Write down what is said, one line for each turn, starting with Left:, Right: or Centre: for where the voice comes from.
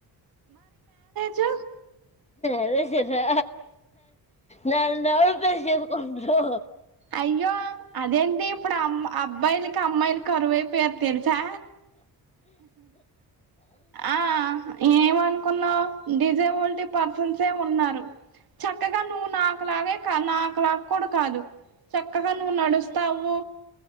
Right: చ్చ
Left: అదే సరే నా నాలుకా చేసుకుంట్రూ
Right: అయ్యో అదేంటి ఇప్పుడు అమ్ అబ్బాయిలకి అమ్మాయిలకి కరూవే <unintelligible> తెలుసా ఆ ఏమనుకున్నావ్ డిజే ఓల్టీ పర్సన్స్ ఉన్నారు చక్కగా నువ్వు నాకు లాగే కా నాకలాగ కూడా కాదు చక్కగా నువ్వు నడుస్తావు